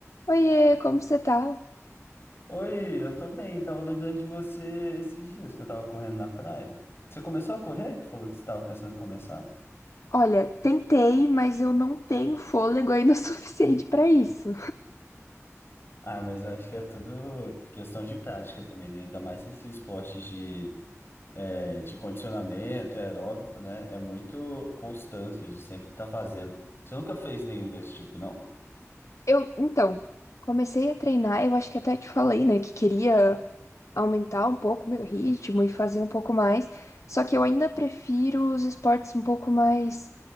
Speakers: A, on the left (about 65°); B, on the left (about 45°).
A: Oiê, como você tá?
B: Oi, eu tô bem. Tava lembrando de você esses dias que eu tava correndo na praia. Você começou a correr? Falou que você tava pensando em começar?
A: Olha, tentei, mas eu não tenho fôlego ainda <laughs> suficiente pra isso.
B: Ah, mas eu acho que é tudo questão de prática também, né? Ainda mais esses esportes de, é, de condicionamento é aeróbico, né? É muito constância de sempre estar fazendo. Você nunca fez nenhum desse tipo, não?
A: Eu, então, comecei a treinar, eu acho que até te falei, né, que queria aumentar um pouco o meu ritmo e fazer um pouco mais, só que eu ainda prefiro os esportes um pouco mais